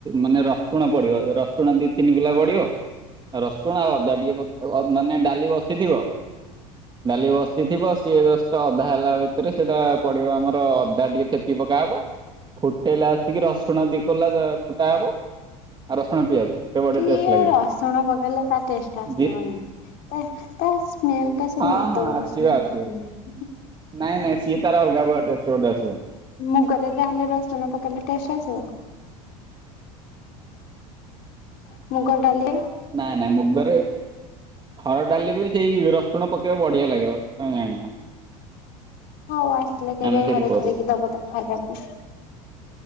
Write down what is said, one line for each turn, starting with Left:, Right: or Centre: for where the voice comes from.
Right: ମାନେ ରସୁଣ ପଡିବ ରସୁଣ ଦି ତିନି କୋଲା ପଡିବ। ରସୁଣ ଆଉ ଅଦା ଟିକେ ମାନେ ଡାଲି ବସିଥିବ ଡାଲି ବସିଥିବ। ସିଏ ଜଷ୍ଟ ଅଧା ହେଲା ଭିତରେ ସେଇଟା ପଡିବ ଆମର ଅଦା ଟିକେ ଛେଚି ପକା ହବ। ଫୁଟେଇଲା ଆସିକି ରସୁଣ ଦି କୋଲା ଫୁଟା ହବ ଆଉ ରସୁଣ ପିଆଜ। ସେ ବଢିଆ
Left: କି
Right: ଟେଷ୍ଟ ଲାଗିବ।
Left: ରସୁଣ ପକେଇଲେ ତା ଟେଷ୍ଟ ଆସିବନି।
Right: ଜି
Left: ତା ସ୍ମେଲଟା ସେ
Right: ହଁ
Left: ମଦର
Right: ହଁ ଆସିବ
Left: ସ୍ମେଲ
Right: ଆସିବ
Left: ଭଳିଆ ଲାଗେ।
Right: ନାଇଁ ନାଇଁ ସୀଏ ତାର ଅଲଗା ଗୋଟେ ଟେଷ୍ଟ ଆସିବ?
Left: ମୁଁ କହିଲି ହେଲେ ରସୁଣ ପକେଇଲେ ଟେଷ୍ଟ ଆସିବ? <unintelligible>
Right: ନାଇଁ ନାଇଁ ମୁଗରେ ହରଡ଼ ଡାଲି ବି ସେଇ ରସୁଣ ପକେଇବ ବଢିଆ ଲାଗିବ ତମେ ଜାଣିନା।
Left: ହଉ ଆସିଲେ କେବେ
Right: ଆମେ ସେଇଠି
Left: ଘରେ
Right: କରୁ
Left: କରିକି ଦବ ତା ଖାଇବାକୁ।